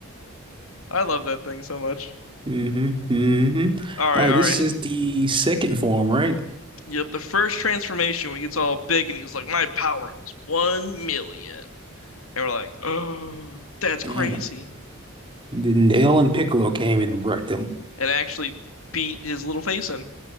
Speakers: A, on the left; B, on the right.
A: I love that thing so much.
B: hmm hmm
A: All right,
B: All right,
A: all
B: this
A: right.
B: is the second form, right?
A: Yep, the first transformation when he gets all big and he's like, "My power is one million," and we're like, <gasps> "Oh, that's crazy!"
B: Yeah. And then Nail and Piccolo came and wrecked him.
A: And actually beat his little face in.